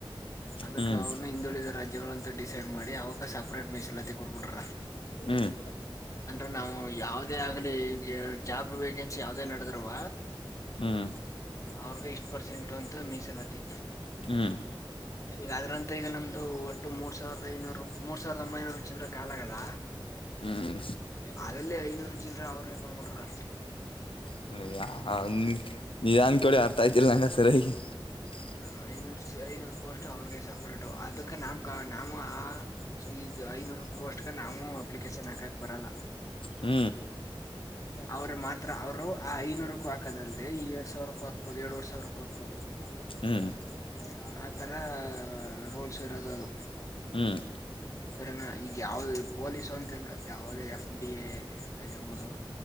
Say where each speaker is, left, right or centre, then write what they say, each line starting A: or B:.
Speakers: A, on the left; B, on the left.
A: ಅದಕ್ಕೆ
B: ಹ್ಮ್
A: ಅವ್ರನ್ನ ಹಿಂದುಳಿದ ರಾಜ್ಯಗಳ ಡಿಸೈಡ್ ಮಾಡಿ ಅವಾಗ ಸಪ್ರೇಟ್ ಮೀಸ್ಲಾ ಕೋಟಿಬಿತಾವ್ರೆ
B: ಹ್ಮ್ ಹ್ಮ್
A: ಅಂದ್ರ ನಾವು ಯಾವದೇ ಆಗ್ಲಿ ಜಾಬ್ ವೇಕೆನ್ಸಿ ಯಾವ್ದೇ ನಡುದ್ರವೆ
B: ಹ್ಮ್
A: ಅವ್ರಗ ಎಷ್ಟ್ ಪರ್ಸೆಂಟ್ ನಂತ್ರ ಮೀಸಲಾತಿ.
B: ಹ್ಮ್ ಹ್ಮ್
A: ಯಾದ್ರಂತ ಈಗ ನಮ್ದು. ಒಟ್ಟು ಮೂರ್ ಸಾವಿರದ ಇನ್ನೂರು ಮೂರು ಸಾವಿರದ ಒಂಬೈನೂರು ಚಿಲರ್ ಕಾಲ ಆಗಲ್ಲಾ.
B: ಹ್ಮ್
A: ಆಗಲೇ ಐನೂರುಚಿಲ್ರೆ ಅವರೇ ಕೊಡ್ಬಿಟ್ರಾ.
B: <unintelligible> <unintelligible>
A: ಹ ಐನೂರು ಐನೂರು ಪೋಸ್ಟ್ ಅವ್ರಗೆ ಸಪ್ರೇಟು ಅದಕ್ಕೆ ನಮಕ ನವು ಆ ಈಗ ಐನೂರು ಪೋಸ್ಟ್ಗೆ ನಾವೂ ಅಪ್ಲಿಕೇಶನ್ ಹಾಕಕ್ ಬರಲ್ಲ.
B: ಹೂ.
A: ಅವ್ರರು ಮಾತ್ರ ಅವರೂ ಆ ಐನೂರಕ್ಕೂ ಹಾಕದಲ್ಲದೆೇ ಈ ಎರಡ್ ಸಾವಿರಕ್ಕೂ ಹಾಕಬಹುದು ಎರಡು <unintelligible> ಎರಡು ಸಾವಿರಕ್ಕೂ ಹೋಗ್ಬೋದು. ಹ
B: ಹ್ಮ್
A: <unintelligible> ಆತರ ರೋಲ್ಸ್ ಇರೋದದು.
B: ಹ್ಮ್ ಹ್ಮ್
A: ಸರಿನಾ ಈಗ ಯಾವ್ದ ಪೊಲೀಸು ಅಂತಲ್ಲ ಯಾವ್ದ ಎಫ್ ಡಿ ಎ ಆಗಿರ್ಬೋದು.